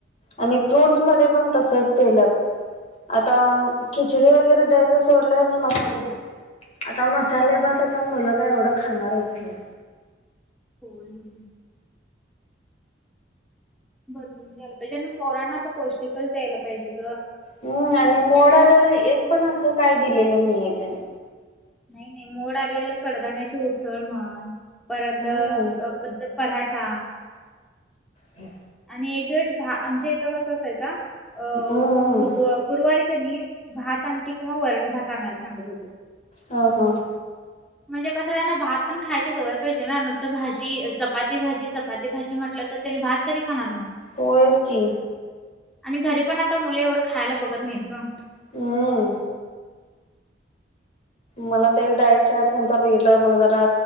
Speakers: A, on the left (about 40°); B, in the centre.
A: आणि फ्रूट्स मध्ये पण तसच तेलत. आता खिचडी वगैरे द्यायच सोडलंय आणि मसाले भात आता मसाले भात आता मुलं काय एवढं खाणार इथे
B: हो. ना. बदलून दयाला पाहिजे आणि पोरानां तर पौष्टिकचं दयायला पाहिजे गं
A: हम्म आणि मोड आलेला एक पण असं काय दिलेलं नाहीय त्याने
B: नाही नाही मोड आलेलं कडधान्य उसळ म्हणं. परत
A: हम्म
B: पद्ध पराठा.
A: हम.
B: आणि एक दिवस भा आमच्या इथं कसं असायचा अ
A: हम्म
B: बुधव गुरुवारी का नाही भात आमट किंवा वरण भात आणायला सांगत होते.
A: ह हां.
B: <unintelligible> म्हणजे कसं त्यांना भात पण खायची सवय पाहिजे ना नुसतं भाजी चपाती भाजी चपाती भाजी म्हटलं तर त्यानी भात. तरी खाणार मग
A: होोइस् की
B: आणि घरी पण आता मुलं एवढं खायला बघत नाहीत ग.
A: हम्. मला तरी डायट चार्ट त्यांचा बघितला मला जरा